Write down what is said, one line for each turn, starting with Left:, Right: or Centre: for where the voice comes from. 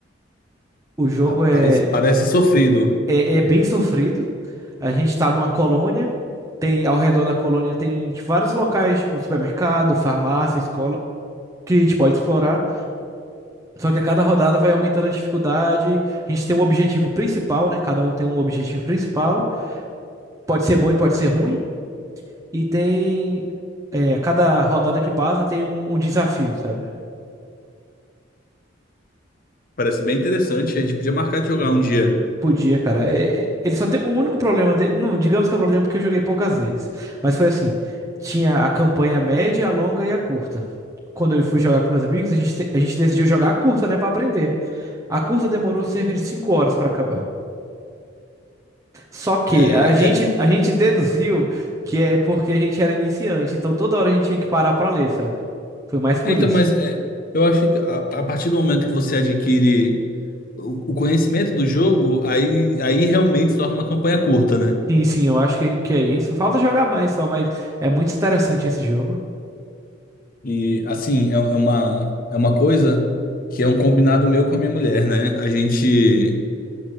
Right: O jogo
Left: Rapaz,
Right: é,
Left: parece sofrido.
Right: é, é bem sofrido. A gente tá numa colônia, tem ao redor da colônia tem tipo, vários locais, tipo supermercado, farmácia, escola, que a gente pode explorar. Só que a cada rodada vai aumentando a dificuldade. A gente tem um objetivo principal, né? Cada um tem um objetivo principal. Pode ser bom e pode ser ruim. E tem. É, cada rodada que passa tem um, um desafio, sabe?
Left: Parece bem interessante. A gente podia marcar de jogar um dia.
Right: Podia, cara. É- é- ele só tem. O único problema dele. Não, digamos que é o problema porque eu joguei poucas vezes. Mas foi assim: tinha a campanha média, a longa e a curta. Quando eu fui jogar com meus amigos, a gente, te- a gente decidiu jogar a curta, né? Pra aprender. A curta demorou cerca de 5 horas pra acabar. Só que
Left: É,
Right: a gente,
Left: é-
Right: a gente deduziu que é porque a gente era iniciante, então toda hora a gente tinha que parar pra ler, sabe? Foi mais por
Left: é, então,
Right: isso.
Left: mas é, eu acho que a, a partir do momento que você adquire o, o conhecimento do jogo, aí, aí realmente se torna uma campanha curta, né?
Right: Sim, sim, eu acho que, que é isso. Falta jogar mais só, mas é muito interessante esse jogo.
Left: E assim, é, é uma, é uma coisa que é um combinado meu com a minha mulher, né? A gente